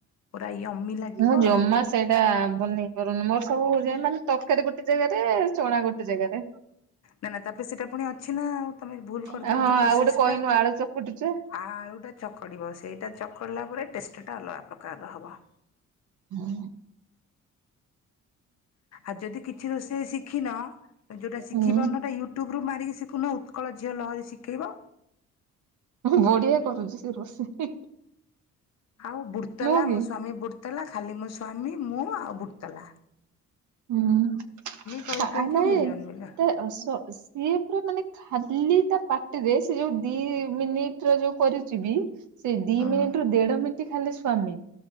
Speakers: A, on the left; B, on the right.
A: ପୁରା ୟମି ଲାଗିବ
B: ମୁଁ ଜମା
A: ଆଉ।
B: ସେ ଟା ବନେଇ ପାରୁନି ମୋର ସବୁ ହଉ ମାନେ ତରକାରୀ ଗୋଟେ ଜାଗାରେ ଚଣା ଗୋଟେ ଜାଗାରେ।
A: ନା ନା ତାପରେ ସେଇଟା ପୁଣି ଅଛି ନା ଆଉ। ତମେ ଭୁଲ କରିଦେଲ
B: ହଁ
A: ତ ପ୍ରୋସେସ
B: ଆଉ ଗୋଟେ କହିନୁ
A: ଟା
B: ଆଳୁ ଚକୁଟୁଚେ
A: ଆଳୁ ଟା ଚକଡ଼ିବ ସେଇଟା ଚକଡ଼ିଲା ପରେ ଟେଷ୍ଟଟା ଅଲଗା ପ୍ରକାରର ହେବ।
B: ହୁଁ।
A: ଆଉ ଯଦି କିଛି ରୋଷେଇ ଶିଖିନ ଯୋଉଟା ଶିଖି
B: ହୁଁ
A: ପାରୁନ ସେଟା ୟୁ ୟଟ୍ୟୁବରୁ ମାରିଖୁନ ଉତ୍କଳ ଝିଅ ଲହରୀ ଶିଖେଇବ।
B: ବଢିଆ କରୁଛିୁ ସେ ରୋଷେଇ।
A: ଆଉ ବୁଡ଼ତଲା
B: ନୁହଁ କି
A: ମୋ ସ୍ଵାମୀ ବୁଡ଼ଲା ଖାଲି ମୋ ସ୍ଵାମୀ ମୁଁ ଆଉ ବୁଟାଲା।
B: ହୁଁ
A: କହି
B: କ
A: କହିକା
B: ନାଇଁ
A: ମିଲିୟନ ମିଲିୟନ
B: ତ ଆସ। ଇଏ ପୁରା ମାନେ ଖାଲି ତା ପାଟିରେ ସେ ଯୋଉ ଦି ମିନିଟ ର ଯୋଉ କରୁଛି ବି। ସେ ଦି
A: ହୁଁ।
B: ମିନିଟ ରୁ ଦେଢ ମିନିଟ୍ ଖାଲି ସ୍ଵାମୀ